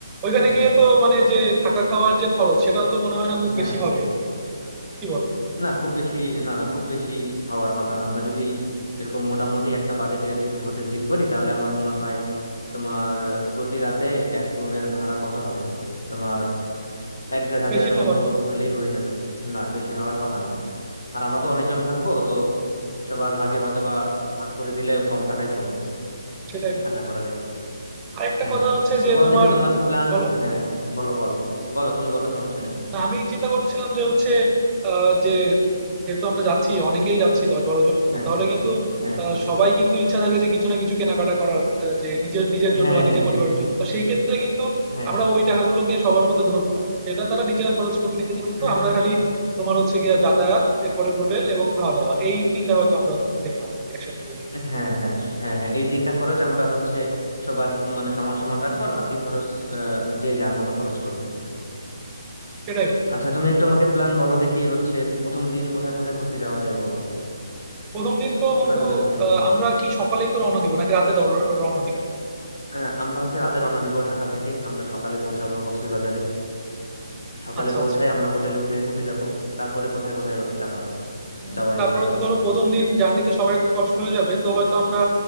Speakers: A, on the right; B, on the left.
A: ওইখানে
B: হ্যাঁ
A: গিয়ে তো মানে যে থাকা খাওয়ার যে খরচ সেটাও তো মনে হয় না খুব
B: হ্যাঁ
A: বেশি হবে। কি বলো?
B: না খুব বেশি না না খুব বেশি হওয়ার কথা না আমরা যদি এরকম মোটামুটি একটা বাজেটের যদি হোটেল ঠিক করি তাহলে আমার মনে হয় তোমার প্রতি রাতে এক রুমের ভাড়া কত হবে তোমার এক দেড়
A: খুব
B: হাজারের
A: বেশি তো
B: মতো
A: হওয়ার কথা
B: হইলেই
A: না।
B: হয়ে যাবে না বেশি হওয়ার কথা না আর আমরা তো অনেকজন থাকবো তো সবার ভাগে হয়তো বা ভাগ করে দিলে কম টাকায় পড়বে
A: সেটাই বন্ধু।
B: আশা করা যায়
A: আরেকটা
B: হ্যাঁ
A: কথা হচ্ছে
B: তো
A: যে
B: বলো
A: তোমার
B: দেখি তোমার প্ল্যান
A: বলো?
B: হ্যাঁ বলো বলো বলো তুমি বলো সমস্যা নেই
A: না আমি চিন্তা করছিলাম যে হচ্ছে আহ, যে উম, যেহেতু আমরা যাচ্ছি অনেকেই যাচ্ছি দশ বারো জন মতো
B: হ্যাঁ
A: তাহলে কিন্তু
B: হ্যাঁ
A: আহ, সবাই কিন্তু ইচ্ছা থাকে যে কিছু না কিছু কেনাকাটা করার আহ, যে নিজের নিজের জন্য
B: হ্যাঁ
A: বা নিজের
B: হ্যাঁ
A: পরিবারের জন্য তো সেই ক্ষেত্রে কিন্তু
B: হ্যাঁ
A: আমরা ওই টাকাগুলোকে সবার মতো ধরবো না সেটা তারা নিজেরা খরচ করবে নিজেদের মতো
B: হ্যাঁ
A: আমরা খালি তোমার হচ্ছে গিয়ে যাতায়াত এরপরে হোটেল এবং খাওয়া দাওয়া এই তিনটা হয়তো আমরা দেখলাম আর কি একসাথে নিয়ে নিই
B: হ্যাঁ হ্যাঁ হ্যাঁ হ্যাঁ এই তিনটা খরচ আমরা হচ্ছে সবার মানে সমান সমান রাখবো আর বাকি খরচ আহ, যে যার মতো খরচ করবে
A: সেটাই বন্ধু
B: আচ্ছা তুমি একটু আমাকে প্ল্যান বলো দেখি হচ্ছে তুমি প্রথম দিন কোথায় কোথায় ঘুরতে যাওয়া যায় বলো
A: প্রথম দিন তো বন্ধু
B: কোথায় কোথায় ঘুরতে যেতে
A: আহ, আমরা কি সকালেই তো রওনা দিব নাকি রাতে দর- রওনা দিব
B: আহ, আমরা হচ্ছে রাতে রওনা দিব ঢাকা থেকে আমরা সকালে পৌঁছাবো কক্সবাজারে সকালে
A: আচ্ছা
B: পৌঁছায়
A: আচ্ছা
B: আমরা হোটেলে উঠে উঠে যাব তারপরে কোথায় কোথায় যাবা
A: উম,
B: যাওয়ার
A: তারপরে
B: ইচ্ছা আছে
A: তো ধরো
B: বলো
A: ১ম দিন জার্নিতে সবার একটু কষ্ট হয়ে যাবে তো হয়তো আমরা